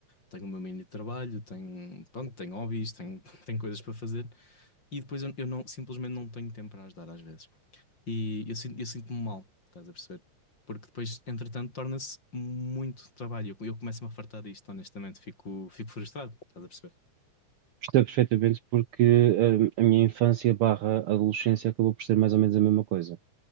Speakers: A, on the left; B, on the right.
A: tenho o meu meio de trabalho, tenho, pronto, tenho hobbies, tenho, <laughs> tenho coisas para fazer. E depois eu, eu não, simplesmente não tenho tempo para ajudar às vezes. E eu, sinto- eu sinto-me mal, estás a perceber? Porque depois, entretanto, torna-se muito trabalho. Eu, eu começo-me a fartar disto, honestamente. Fico, fico frustrado, estás a perceber?
B: Percebo perfeitamente porque hum, a minha infância barra adolescência acabou por ser mais ou menos a mesma coisa.